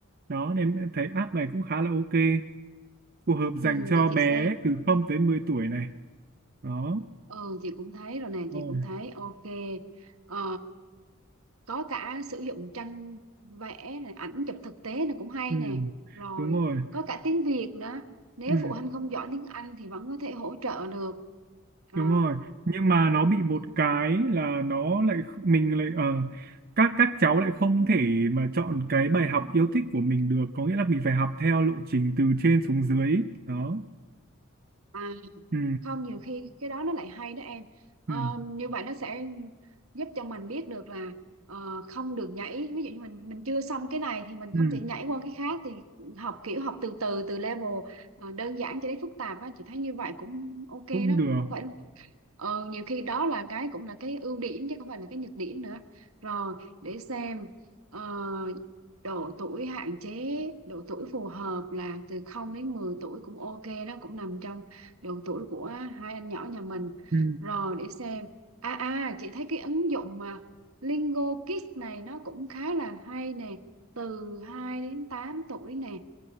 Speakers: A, on the right; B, on the right.
A: đó nên em thấy app này cũng khá là ok phù hợp dành
B: ừ,
A: cho
B: để chị
A: bé
B: xem
A: từ không tới 10 tuổi này đó
B: ừ chị cũng thấy rồi nè
A: rồi
B: chị cũng thấy ok ờ có cả sử dụng tranh vẽ này ảnh chụp thực tế này cũng hay
A: ừ.
B: nè rồi
A: đúng rồi
B: có cả tiếng Việt nữa nếu
A: ừ.
B: phụ huynh không giỏi tiếng Anh thì vẫn có thể hỗ trợ được Ờ,
A: đúng rồi nhưng mà nó bị một
B: ừ,
A: cái là nó lại kh- mình lại ờ, các các cháu lại không thể mà chọn cái bài học yêu thích của mình được có nghĩa là mình phải học theo lộ trình từ trên xuống dưới đó
B: à,
A: ừ.
B: không nhiều khi cái đó nó lại hay đó em Ờ,
A: Ừ.
B: như vậy nó sẽ giúp cho mình biết được là ờ, không được nhảy ví dụ như mình mình chưa xong cái này thì mình
A: Ừ.
B: không thể nhảy qua cái khác thì học kiểu học từ từ từ level ờ, đơn giản cho đến phức tạp á chị thấy như vậy cũng ok
A: cũng
B: đó
A: được
B: không phải ờ, nhiều khi đó là cái cũng là cái ưu điểm chứ không phải là cái nhược điểm nữa rồi để xem ờ, độ tuổi hạn chế độ tuổi phù hợp là từ 0 đến 10 tuổi cũng ok đó cũng nằm trong độ tuổi của hai anh nhỏ nhà mình
A: ừ.
B: rồi để xem à à chị thấy cái ứng dụng mà Lingo Kids này nó cũng khá là hay nè từ 2 đến 8 tuổi nè